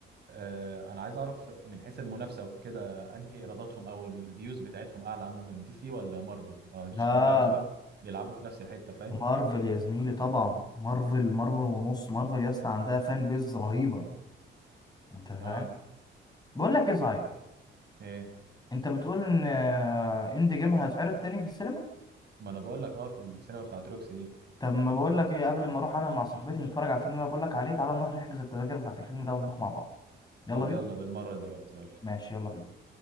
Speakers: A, on the right; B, on the left.
A: آه، انا عايز اعرف من حيث المنافسه وكده انهي ايراداتهم او الفيوز بتاعتهم اعلى عموما دي سي ولا مارفل آه، عشان
B: لا
A: هم يعتبر بيلعبوا في نفس الحته فاهم
B: مارفل يا زميلي طبعا مارفل مارفل ونص مارفل يا اسطى عندها فان بيز رهيبه انت فاهم
A: اه
B: بقول لك ايه صحيح
A: ايه
B: انت بتقول ان آه، اند جيم هيتعرض تاني في السينما
A: ما انا بقول لك اه في السينما بتاعت روكسي دي
B: طب ما بقول لك ايه قبل ما اروح انا مع صاحبتي نتفرج على الفيلم اللي انا بقول لك عليه تعالى نروح نحجز التذاكر بتاعت الفيلم ده ونروح مع بعض يلا
A: طب
B: بينا
A: يلا بالمره دلوقتي يلا
B: ماشي يلا بينا